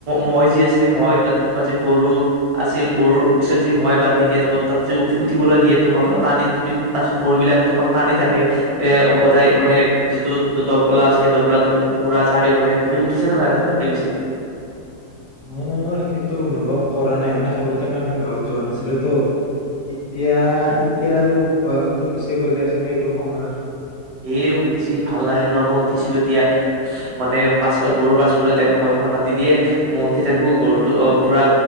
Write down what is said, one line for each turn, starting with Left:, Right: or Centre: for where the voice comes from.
Right: মই যি আছে মই তাত। তোমাৰ যে গৰু আছিল গৰুৰ পিছত যি মৈ বান্ধি দিয়ে তাৰপিছ তাত যে উঠি উঠিবলৈ দিয়ে তোমাৰ টানি তুমি তাৰপিছত গৰু বিলাকে তোমাক টানি থাকে এ গথাই মানে যিটো দবলা আছে সেই দবলাটোৰ পুৰা চাৰিওফালে তুমি উঠিছা নে নাই তাতে পিছে।
Left: মোৰ সেইটো অনুভৱ কৰা নাই মানে সৰুতে মই ইমান গাঁৱত যোৱা নাছিলো তো এতিয়া এতিয়া আৰু বয়সটো গুচিয়ে গ'ল দিয়াচোন সেইবোৰ সময়ৰ -
Right: সেই যি ভাল লাগে ন মই উঠিছিলো দিয়া মানে পাছ গৰুৰ পাছফত এ মইখন বান্ধি দিয়ে মই উঠি থাকো গৰুটো পুৰা